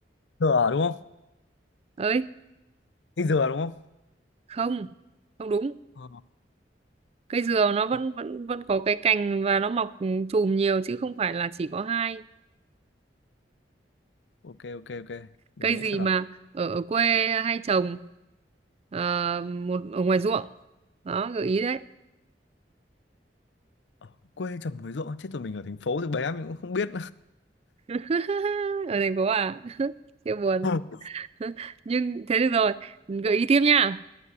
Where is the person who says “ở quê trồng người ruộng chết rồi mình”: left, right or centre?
Left